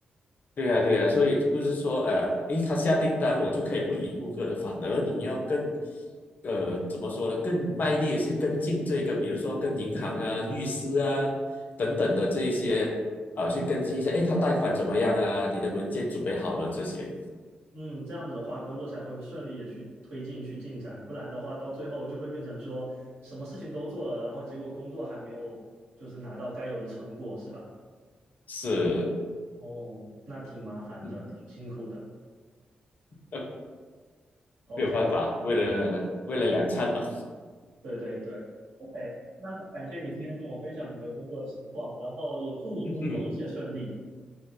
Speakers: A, on the left; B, on the right.
A: 对呀，对呀，所以不是说，呃，诶，他下订单我就可以不理顾客了，反而你要更，呃，怎么说呢？更卖力的去跟进这个，比如说跟银行啊、律师啊等等的这一些啊、去跟进一下，诶，他贷款怎么样啊？你的文件准备好了这些
B: 嗯，这样子的话，工作才会顺利的去推进、去进展，不然的话，到最后就会变成说什么事情都做了，然后结果工作还没有就是拿到该有的成果，是吧？
A: 是，
B: 哦，那挺麻烦的，
A: 嗯，
B: 挺辛苦的。
A: <laughs> 呃
B: OK，
A: 没有办法，为了为了两餐嘛。
B: 对对对，OK，那很感谢你今天跟我分享你的工作情况，
A: <laughs>
B: 然后也祝你工作一切顺利。
A: 嗯哼